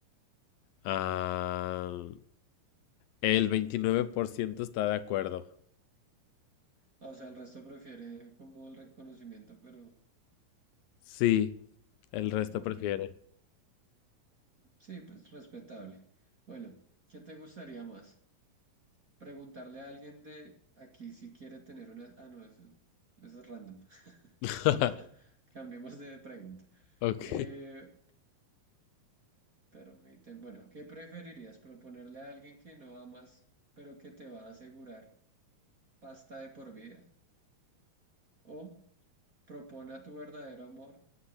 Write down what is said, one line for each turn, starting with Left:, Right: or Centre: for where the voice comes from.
Left: Ah, el 29% está de acuerdo.
Right: Ah, O sea, el resto prefiere como el reconocimiento, pero
Left: Sí, el resto
Right: ok.
Left: prefiere.
Right: Sí, pues respetable. Bueno, ¿qué te gustaría más? Preguntarle a alguien de aquí si quiere tener una... Ah, no, eso, es- eso es random. <laughs>
Left: <laughs>
Right: Otra. Cambiemos de pregunta.
Left: Ok.
Right: Eh, permíteme, bueno, ¿qué preferirías? ¿Proponerle a alguien que no amas, pero que te va a asegurar pasta de por vida? ¿O propone a tu verdadero amor,